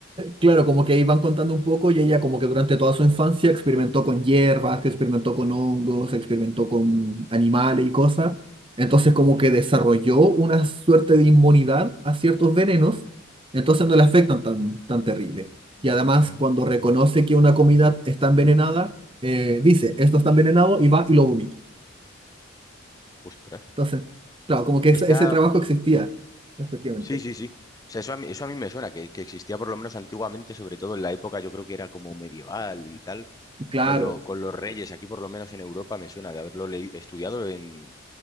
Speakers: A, on the right (about 25°); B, on the left (about 15°).
A: Claro, como que ahí van contando un poco y ella como que durante toda su infancia experimentó con hierbas, que experimentó con hongos, experimentó con animales y cosas. Entonces como
B: ¿Mm?
A: que desarrolló una suerte de inmunidad a ciertos venenos, entonces no le afectan tan, tan terrible. Y además
B: Ah,
A: cuando reconoce que una comida está envenenada, eh, dice, esto está envenenado y va y lo vomita.
B: Ostras.
A: Entonces, claro, como que ese,
B: Está,
A: ese trabajo existía, efectivamente.
B: Sí, sí, sí. O sea, eso a mí, eso a mí me suena, que, que existía por lo menos antiguamente, sobre todo en la época, yo creo que era como medieval y tal,
A: Y claro,
B: con lo, con los reyes, aquí por lo menos en Europa me suena de haberlo leí- estudiado en,